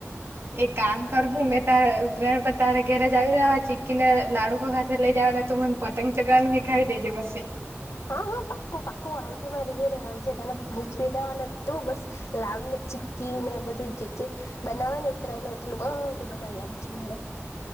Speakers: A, on the right; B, on the left.
A: એક કામ કરું મેં ત ઉત્તરાયણ પર તાર ઘેરે જાવ રહ્યા ચીકી ને લાડુકો ઘા લઈ જ તું મને પતંગ ચગન વ ખાય દેજે બસે
B: હ હા હા પાક્કું પાકું આવજે મારે ઘયરે આવજે તને મખવી દેવાનું તું બસ લાડુ ને ચી ને બધું જે બનાવે ને ઉતરાય ને મતલું બધું બનાવી આપજને